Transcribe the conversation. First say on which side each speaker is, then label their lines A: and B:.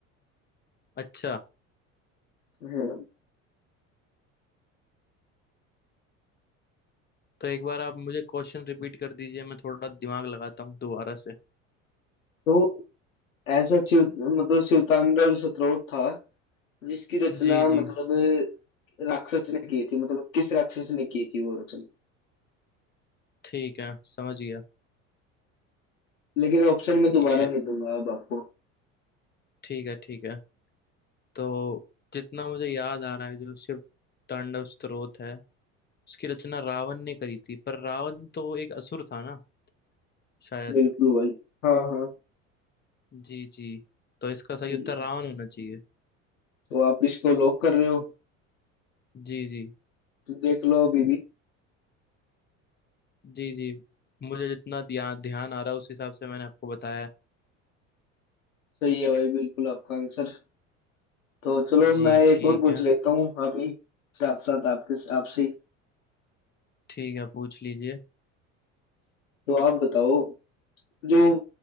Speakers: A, on the left; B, on the left.
A: अच्छा
B: <laughs>
A: तो एक बार आप मुझे क्वेश्चन रिपीट कर दीजिए मैं थोड़ा दिमाग लगाता हूँ दोबारा से
B: तो ऐसा शिव मतलब शिवतांडव स्तोत्र था जिसकी रचना
A: जी जी
B: मतलब राक्षस ने की थी मतलब किस राक्षस ने की थी वो रचना
A: ठीक है समझ गया
B: लेकिन ऑप्शन मैं
A: ये
B: दोबारा नहीं दूंगा अब आपको
A: ठीक है ठीक है तो जितना मुझे याद आ रहा है जो शिव तांडव स्तोत्र है उसकी रचना रावण ने करी थी पर रावण तो एक असुर था ना शायद
B: बिल्कुल भाई हाँ हाँ
A: जी जी तो इसका सही
B: सही
A: उत्तर
B: है
A: रावण होना चाहिए
B: तो आप इसको लॉक कर रहे हो
A: जी जी
B: तो देख लो अभी भी
A: जी जी मुझे जितना ध्या- ध्यान आ रहा है उस हिसाब से मैंने आपको बताया
B: सही है भाई बिल्कुल आपका आंसर तो चलो मैं
A: जी
B: एक
A: ठीक
B: और पूछ
A: है
B: लेता हूँ अभी साथ साथ आपके आपसे ही।
A: ठीक है पूछ लीजिए
B: तो आप बताओ जो